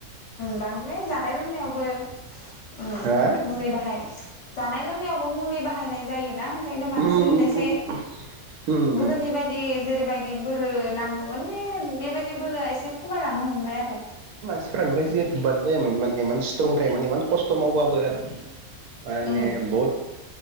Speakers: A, on the left; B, on the right.
A: बांद्राय जानाय लोंनायावबो उम
B: हा
A: मुलि बाहाय जानाय लोंनायावबो मुलि बाहा बाहायनाय जायोना ओंखायनो बांसिन
B: उम
A: इसे
B: उम उम
A: गोदोनि
B: उम
A: बायदि। जेरै बायदि बोलो नांगौमोन बेबायदि बोलोआ एसे खमायलांनो हमबाय आरो।
B: फ्राव <unintelligible> गाज्रि इमान खस्थ मावब्लाबो <inaudible> माने
A: उम
B: बहुत